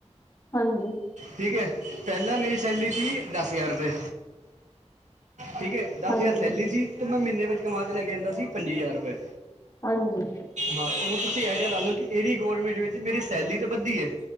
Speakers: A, on the left; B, on the right.
A: ਹਾਂਜੀ,
B: ਠੀਕ ਹੈ। ਪਹਿਲਾਂ ਮੇਰੀ ਸੈਲਰੀ ਸੀ ਦਸ ਹਜ਼ਾਰ ਰੁਪਏ। ਠੀਕ ਹੈ। ਦਸ
A: ਹਾਂਜੀ,
B: ਹਜ਼ਾਰ ਸੈਲੀ ਸੀ ਤੇ ਮੈਂ ਮਹੀਨੇ ਵਿੱਚ ਕਮਾ ਕੇ ਲੈ ਕੇ ਆਦਾ ਸੀ ਪੰਜੀ ਹਜ਼ਾਰ ਰੁਪਏ।
A: ਹਾਂਜੀ।
B: ਹਾਂ, ਹੁਣ ਤੁਸੀਂ ਅੰਦਾਜ਼ਾ ਲਾ ਲਓ ਕਿ ਇਹਦੀ ਗਵੌਰਮੈਂਟ ਵਿੱਚ ਮੇਰੀ ਸੈਲੀਰੀ ਤਾਂ ਵੱਧਦੀ ਹੈ।